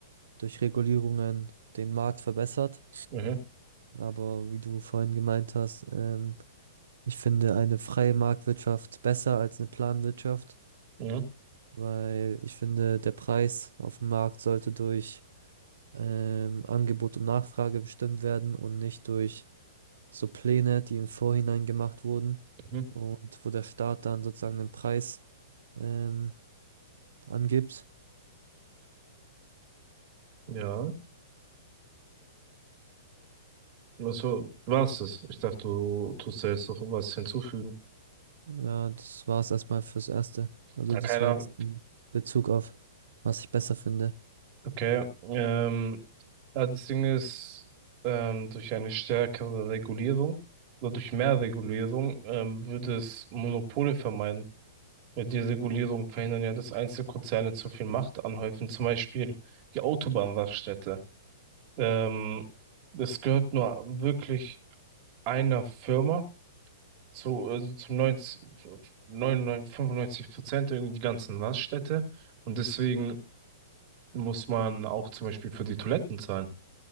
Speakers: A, on the right; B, on the right.
A: durch Regulierungen den Markt verbessert.
B: Mhm,
A: Aber wie du vorhin gemeint hast, ähm, ich finde eine freie Marktwirtschaft besser als eine Planwirtschaft,
B: mhm,
A: weil ich finde, der Preis auf dem Markt sollte durch ähm, Angebot und Nachfrage bestimmt werden und nicht durch so Pläne, die im Vorhinein gemacht wurden
B: mhm.
A: und wo der Staat dann sozusagen den Preis ähm, angibt.
B: Ja, also war's das. Ich dachte, du tust da jetzt noch was hinzufügen.
A: Ja, das war es erstmal fürs Erste. Also
B: Ja,
A: das
B: keiner.
A: war jetzt in Bezug auf, was ich besser finde.
B: Okay, ähm, ja, das Ding ist, ähm, durch eine stärkere Regulierung oder durch mehr Regulierung ähm, würde es Monopole vermeiden. Weil die Regulierung verhindern ja, dass Einzelkonzerne zu viel Macht anhäufen, zum Beispiel die Autobahnraststätte. Ähm, es gehört nur wirklich einer Firma zu, also zum neunzig, neunundneunzig, 95 Prozent irgendwie die ganzen Raststätte. Und deswegen muss man auch zum Beispiel für die Toiletten zahlen.